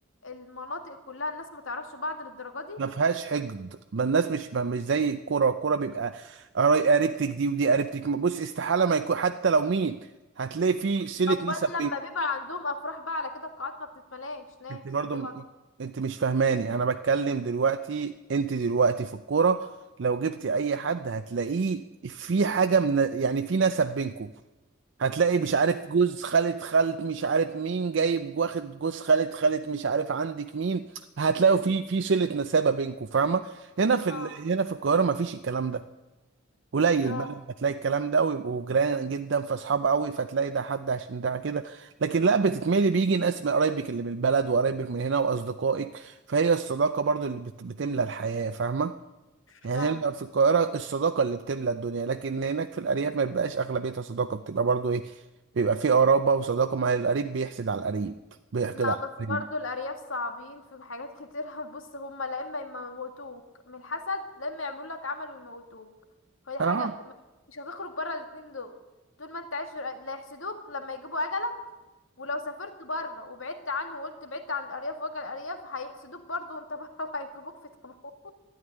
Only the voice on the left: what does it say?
المناطق كلها الناس ما تعرفش بعض للدرجة دي
امال
لما بيبقى عندهم افراح بقى على كده القاعات ما بتتملاش ناس
لما بيبقى
عندهم
اه
اه
آه،
فاهمه
لا
بس
برضو الارياف صعبين في حاجات كتير <laughs> بص هما لا اما يموتوك من الحسد لا اما يعملوا لك عمل ويموتوك فدي
حاجه م- <laughs> مش هتخرج بره الاتنين دول طول ما انت عايش في الأ- لا يحسدوك لما يجيبوا اجلك ولو سافرت بره وبعدت عنه وقلت بعدت عن الارياف واجل الارياف هيحسدوك برضو وانت بره <laughs> وهيجيبوك في تابوت